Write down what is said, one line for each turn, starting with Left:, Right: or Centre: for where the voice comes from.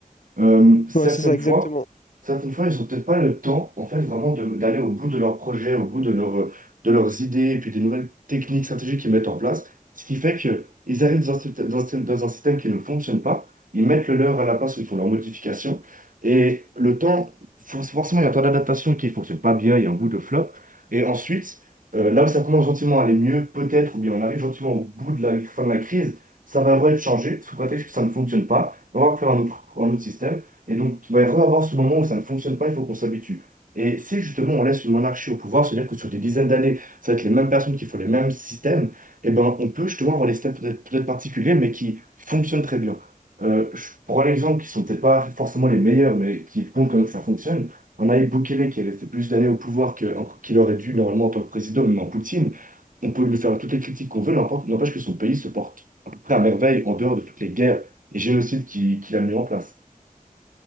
Right: Euh, certaines
Left: Ouais, c'est ça exactement.
Right: fois, certaines fois, ils n'ont peut-être pas le temps, en fait, vraiment de- d'aller au bout de leurs projets, au bout de, leur- de leurs idées, et puis des nouvelles techniques, stratégies qu'ils mettent en place. Ce qui fait qu'ils arrivent dans un, syst- dans un système dans un système qui ne fonctionne pas, ils mettent le leur à la place où ils font leurs modifications. Et le temps, for- forcément, il y a un temps d'adaptation qui ne fonctionne pas bien, il y a un bout de flop. Et ensuite, euh, là où ça commence gentiment à aller mieux, peut-être, ou bien on arrive gentiment au bout de la fin de la crise, ça va vraiment être changé, sous prétexte que ça ne fonctionne pas on va faire un autre, un autre système. Et donc, il va y avoir ce moment où ça ne fonctionne pas, il faut qu'on s'habitue. Et si justement on laisse une monarchie au pouvoir, c'est-à-dire que sur des dizaines d'années, ça va être les mêmes personnes qui font les mêmes systèmes, eh ben, on peut justement avoir des systèmes peut-être peut-être particuliers, mais qui fonctionnent très bien. Euh, je prends un exemple qui sont peut-être pas forcément les meilleurs, mais qui font quand même que ça fonctionne. On a Bukele qui est resté plus d'années au pouvoir que- qu'il aurait dû normalement en tant que président, même en Poutine. On peut lui faire toutes les critiques qu'on veut, n'importe- n'empêche que son pays se porte à peu près à merveille en dehors de toutes les guerres et j'ai le site qui, qui l'a mis en place.